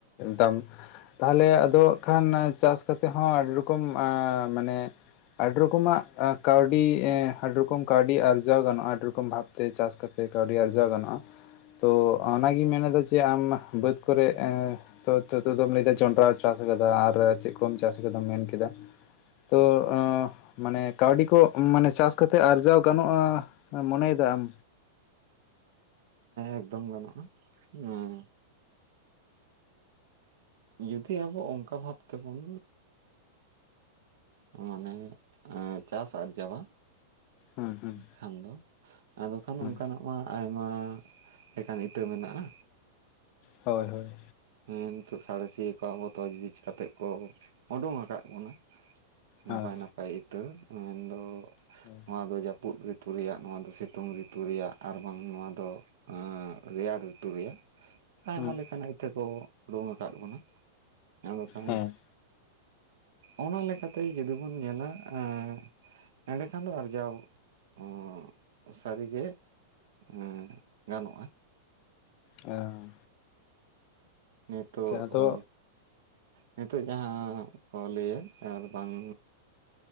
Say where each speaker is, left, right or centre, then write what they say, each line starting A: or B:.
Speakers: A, on the left (about 45°); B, on the right (about 75°).
A: ᱫᱟᱢ ᱛᱟᱦᱚᱞᱮ ᱟᱫᱚ ᱦᱟᱜ ᱠᱷᱟᱱ ᱪᱟᱥ ᱠᱟᱛᱮᱜ ᱦᱚᱸ ᱟᱹᱰᱤ ᱨᱚᱠᱚᱢ <unintelligible> ᱢᱟᱱᱮ ᱟᱹᱰᱤ ᱨᱚᱠᱚᱢᱟᱜ ᱠᱟᱹᱣᱰᱤ ᱮᱸ ᱟᱹᱰᱤ ᱨᱚᱠᱚᱢ ᱠᱟᱹᱣᱰᱤ ᱟᱹᱰᱤ ᱟᱨᱡᱟᱣ ᱜᱟᱱᱚᱜ-ᱟ ᱟᱹᱰᱤ ᱨᱚᱠᱚᱢ ᱵᱷᱟᱵᱛᱮ ᱪᱟᱥ ᱠᱟᱛᱮ ᱠᱟᱹᱣᱰᱤ ᱟᱨᱡᱟᱣ ᱜᱟᱱᱚᱜ-ᱟ᱾ ᱛᱚ ᱚᱱᱟᱜᱤᱧ ᱢᱮᱱᱮᱫᱟ ᱡᱮ ᱟᱢ ᱵᱟᱹᱫᱽ ᱠᱚᱨᱮ ᱮᱸ ᱛᱚ ᱛᱚ ᱫᱚᱢ ᱞᱟᱹᱭᱟ ᱡᱚᱱᱰᱨᱟ ᱪᱟᱥ ᱟᱠᱟᱫᱟ ᱟᱨ ᱪᱮᱫ ᱠᱚᱢ ᱪᱟᱥ ᱟᱠᱟᱫᱟᱢ ᱢᱮᱱ ᱠᱮᱫᱟ ᱛᱚ ᱢᱟᱱᱮ ᱠᱟᱹᱣᱰᱤ ᱠᱚ ᱢᱟᱱᱮ ᱪᱟᱥ ᱠᱟᱛᱮ ᱟᱨᱡᱟᱣ ᱜᱟᱱᱚᱜ-ᱟ ᱢᱚᱱᱮᱭ ᱮᱫᱟᱢ
B: ᱮᱠᱫᱚᱢ ᱜᱟᱱᱚᱜ-ᱟ᱾ᱦᱚᱸ ᱡᱩᱫᱤ ᱟᱵᱚ ᱚᱱᱠᱟ ᱵᱷᱟᱵ ᱛᱮᱵᱚᱱ ᱢᱟᱱᱮ ᱪᱟᱥ ᱟᱨᱡᱟᱣᱟ
A: ᱦᱩᱸ ᱦᱩᱸ
B: ᱠᱷᱟᱱ ᱫᱚ ᱟᱫᱚ ᱠᱷᱟᱱ
A: ᱦᱩᱸ
B: ᱚᱱᱠᱟᱱᱟᱜ ᱢᱟ ᱟᱭᱢᱟ ᱞᱮᱠᱟᱱ ᱤᱛᱟᱹ ᱢᱮᱱᱟᱜ-ᱟ᱾
A: ᱦᱳᱭ ᱦᱳᱭ
B: ᱦᱮᱸ ᱱᱤᱛᱚᱜ ᱥᱟᱬᱮᱥᱤᱭᱟᱹ ᱠᱚ ᱟᱵᱚ ᱫᱚ <unintelligible> ᱠᱟᱛᱮᱜ ᱠᱚ ᱩᱰᱩᱝ ᱟᱠᱟᱫ ᱵᱚᱱᱟ᱾ ᱱᱟᱯᱟᱭ
A: ᱦᱳᱭ
B: ᱱᱟᱯᱟᱭ ᱤᱛᱟᱹ ᱢᱮᱱᱫᱚ
A: <unintelligible>
B: ᱱᱚᱣᱟ ᱫᱚ ᱡᱟᱹᱯᱩᱫ ᱨᱤᱛᱩ ᱨᱮᱭᱟᱜ ᱱᱚᱣᱟ ᱫᱚ ᱥᱤᱛᱩᱝ ᱨᱤᱛᱩ ᱨᱮᱭᱟᱜ ᱟᱨ ᱵᱟᱝ ᱱᱚᱣᱟ ᱫᱚ ᱟ ᱨᱮᱭᱟᱲ ᱨᱤᱛᱩ ᱨᱮᱭᱟᱜ ᱟᱭᱢᱟ
A: ᱦᱩᱸ
B: ᱞᱮᱠᱟᱱᱟᱜ ᱤᱛᱟᱹ ᱠᱚ ᱩᱰᱩᱝ ᱟᱠᱟᱫ ᱵᱚᱱᱟ, ᱟᱫᱚ ᱠᱷᱟᱱ
A: ᱦᱮᱸ
B: ᱮᱜ ᱚᱱᱟ ᱞᱮᱠᱟᱛᱮ ᱡᱩᱫᱤ ᱵᱚᱱ ᱧᱮᱞᱟ ᱮᱜ ᱮᱸᱰᱮᱠᱷᱟᱱ ᱫᱚ ᱟᱨᱡᱟᱣ <unintelligible> ᱥᱟᱹᱨᱤᱜᱮ ᱮᱜ ᱜᱟᱱᱚᱜᱼᱟ᱾
A: ᱚ
B: ᱱᱤᱛᱳᱜ
A: ᱟᱫᱚ
B: ᱚ ᱱᱤᱛᱳᱜ ᱡᱟᱸᱦᱟ ᱠᱚ ᱞᱟᱹᱭᱮᱫ ᱟᱨ ᱵᱟᱝ